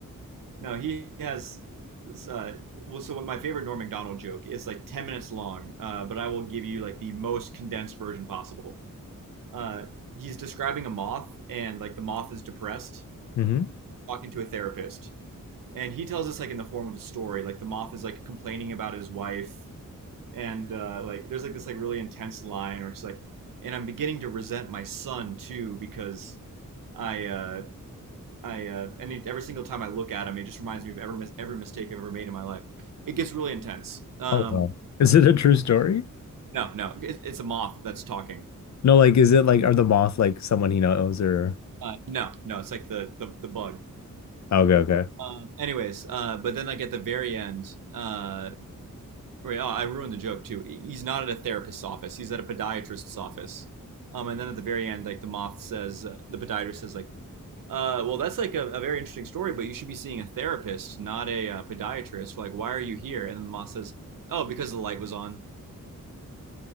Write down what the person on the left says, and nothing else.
hmm
Oh wow. Is it a true story?
No, like is it like are the moth like someone he knows or
okay, okay.